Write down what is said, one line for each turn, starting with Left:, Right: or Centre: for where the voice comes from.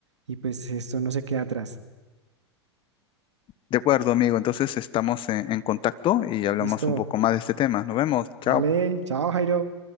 Right: y pues esto no se queda atrás.
Left: De acuerdo, amigo. Entonces estamos en en contacto y hablamos
Right: Listo.
Left: un poco más de este tema. Nos vemos. Chao.
Right: Vale, chao Jairo.